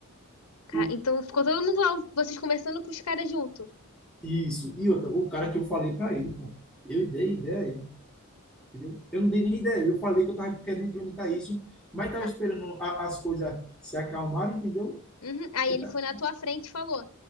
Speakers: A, on the left; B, in the centre.
A: Ca-
B: O-
A: Então ficou todo mundo lá, vocês conversando com os caras junto.
B: isso. E outra, o cara que eu falei para ele, pô. Eu dei ideia a ele, entendeu? Eu não dei nem ideia. Eu falei que eu tava querendo implementar isso, mas tava
A: Ah,
B: esperando a- as coisas se acalmarem, entendeu?
A: uhum. Aí
B: Que
A: ele
B: era-
A: foi na tua frente e falou.